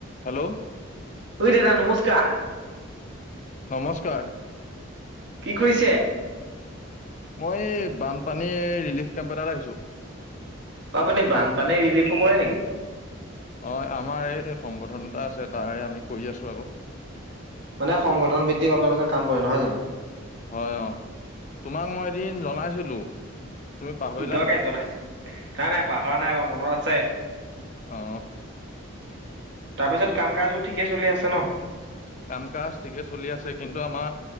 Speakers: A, on the left; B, on the right.
A: Hello
B: এই দাদা নমস্কাৰ
A: নমস্কাৰ
B: কি কৰিছে?
A: মই বানপানী ৰিলিফ কেম্প এটাত আহিছো।
B: আপুনি বানপানী ৰিলিফো কৰে নেকি?
A: অ আমাৰ এই এই সংগঠন এটা আছে তাৰে আমি কৰি আছো আক।
B: মানে সংগঠন ভিত্তিক আপোনালোকে কাম কৰে নহয় জানো
A: হয় অ তোমাক মই এদিন জনাইছিলো তুমি পাহৰিলা
B: দকে
A: নেকি
B: জনাইছো নাই নাই পাহৰা নাই বাৰ মনত আছে।
A: অ
B: তাৰপিছত কাম কাজ বোৰ ঠিকেই চলি আছে ন?
A: কাম কাজ ঠিকে চলি আছে কিন্তু আমাৰ